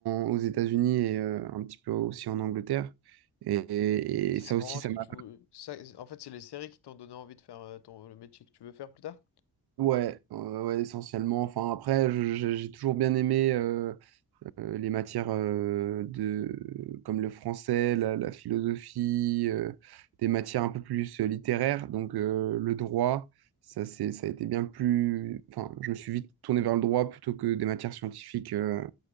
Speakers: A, on the right (about 75°); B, on the left (about 85°).
A: en- aux États-Unis et euh, un petit peu aussi en Angleterre. Et, et-
B: Ça,
A: et ça
B: c'est
A: aussi,
B: vraiment
A: ça
B: ce que
A: m'a...
B: tu veux. Ça, en fait, c'est les séries qui t'ont donné envie de faire euh, ton, le métier que tu veux faire plus tard?
A: Ouais, euh, ouais, essentiellement. Enfin, après, je- je- j'ai toujours bien aimé... euh, euh, les matières euh, de, comme le français, la, la philosophie, euh, des matières un peu plus euh, littéraires. Donc euh, le droit, ça, c'est, ça a été bien plus... Enfin, je me suis vite tourné vers le droit plutôt que des matières scientifiques euh,